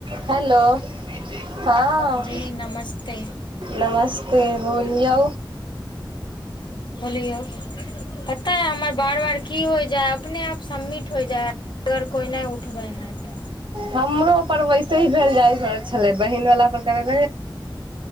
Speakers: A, on the right; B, on the left.
A: हेलो हँ
B: जी नमस्ते
A: नमस्ते बोल यौ
B: बोलियौ पता है हमर बार बार की हो जाय ह अपने आप सबमिट हो जाइ है अगर कोइ नहि उठबै है तऽ
A: हमरो पर वैसे ही भेल जाइ छलै बहिन वाला पर करय